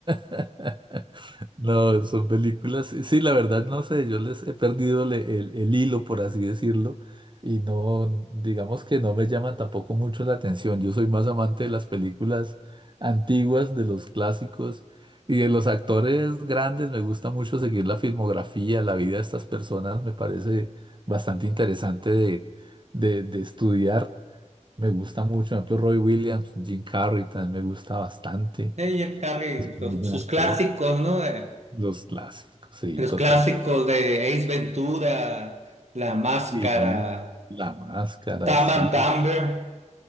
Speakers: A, on the right; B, on the right.
A: <laughs> No, son películas. Sí, la verdad no sé, yo les he perdido le- el, el hilo, por así decirlo, y no, digamos que no me llaman tampoco mucho la atención. Yo soy más amante de las películas antiguas, de los clásicos y de los actores grandes. Me gusta mucho seguir la filmografía, la vida de estas personas, me parece bastante interesante de, de de estudiar. Me gusta mucho, por ejemplo, Roy Williams, Jim Carrey también me gusta bastante.
B: Eh, Jim Carrey,
A: Es muy
B: los-
A: buen
B: sus
A: actor.
B: clásicos, ¿no? De-
A: Los clásicos, sí,
B: los
A: total.
B: clásicos de Ace Ventura, La Máscara,
A: Y La máscara,
B: Dumb
A: sí.
B: and Dumber,